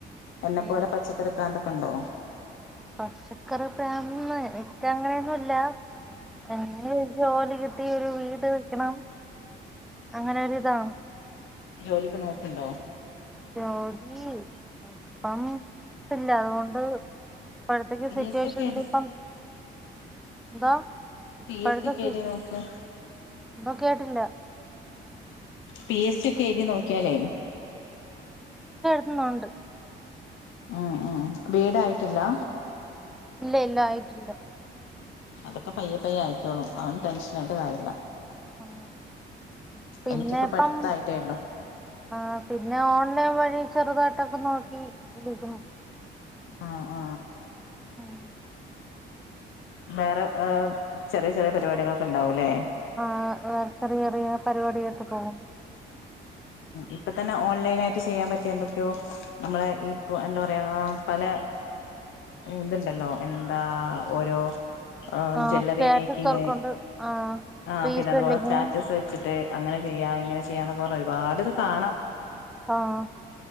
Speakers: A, on the left; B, in the centre.
A: എന്നെപ്പോലെ
B: ഉം
A: പച്ചക്കറി പ്രാന്തൊക്കെ ഉണ്ടോ?
B: പച്ചക്കറി പ്രാന്ത് എനിക്ക് അങ്ങനെയൊന്നുല്ല എങ്ങനേലും ജോലി കിട്ടി ഒരു വീട് വെക്കണം അങ്ങനെ ഒരിതാ
A: ജോലിക്ക് നോക്ക്ണ്ടോ?
B: ജോലി ഇപ്പം ഇല്ല അതുകൊ ഇപ്പഴത്തേക്ക്‌
A: പി
B: സിറ്റുവേഷനില്
A: എസ് സി ഒക്കെ എഴുതി
B: ഇപ്പം എന്താ? ഇപ്പോഴത്തെ
A: പി എസ് സി ഒക്കെ
B: കു
A: എഴുതി നോക്ക്
B: എന്തോ കേട്ടില്ല
A: പി എസ് സി ഒക്കെ എഴുതി നോക്കിയാലേ
B: ആ ഉണ്ട്.
A: ഉം ഉം വീടായിട്ടില്ലാ?
B: ഇല്ല ആയിട്ടില്ല ഇല്ല.
A: അതൊക്കെ പയ്യെ പയ്യെ ആയിക്കോളും. അതൊന്നും ടെൻഷൻ ആയിട്ട് കാര്യല്ല
B: ആ പിന്നെ
A: എനിക്കൊക്കെ
B: ഇപ്പം
A: പഠിത്തായിട്ടേ ഉള്ളു
B: ആ പിന്നെ ഓൺലൈൻ വഴി ചെറുതായിട്ടൊക്കെ നോക്കി വിളിക്ക <unintelligible>
A: ആആ
B: ഉം
A: വേറെ ഏഹ് ചെറിയ ചെറിയ പരിപാടികളൊക്കെ ഉണ്ടാവൂല്ലേ
B: ആഹ് വേറെ ചെറിയ ചെറിയ പരിപാടിയായിട്ട് പോകുന്നു
A: ഇപ്പം തന്നെ ഓൺലൈൻ ആയിട്ട് ചെയ്യാൻ പറ്റിയ എന്തൊക്കെയോ നമ്മള് ഇപ്പോ എന്താ പറയാ പല ഇതുണ്ടല്ലോ എന്താ ഓരോ ആ
B: ആഹ്
A: ജ്വല്ലറി
B: സ്റ്റാറ്റസ്
A: മേക്കിങ്.
B: വർക്കുണ്ട് ആഹ്
A: ആഹ്
B: റീസെല്ലിങ്
A: പിന്നെ അതുപോലെ സ്റ്റാറ്റസ് വെച്ചിട്ട് അങ്ങനെ ചെയ്യാ ഇങ്ങനെ ചെ ഒരുപാട് ഇത് കാണും.
B: ആഹ്